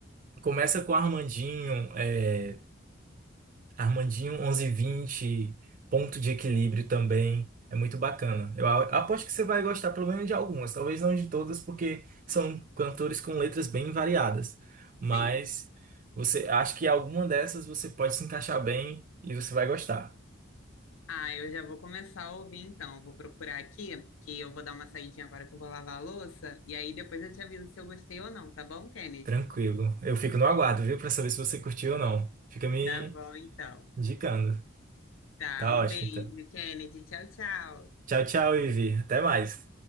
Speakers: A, on the right; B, on the left.
A: começa com Armandinho, eh, Armandinho 1120, ponto de equilíbrio também. É muito bacana. Eu a- aposto que você vai gostar pelo menos de algumas, talvez não de todas, porque são cantores com letras bem variadas. Mas
B: sim.
A: você acho que alguma dessas você pode se encaixar bem e você vai gostar.
B: Ah, eu já vou começar a ouvir então. Vou procurar aqui, que eu vou dar uma saidinha agora que eu vou lavar a louça, e aí depois eu te aviso se eu gostei ou não, tá bom, Kennedy?
A: Tranquilo. Eu fico no aguardo, viu, Pra saber se você curtiu ou não. Fica me
B: Tá bom, então.
A: indicando.
B: Tá,
A: Tá
B: um
A: ótimo,
B: beijo,
A: então.
B: Kennedy. Tchau, tchau.
A: Tchau, tchau, Ivi. Até mais.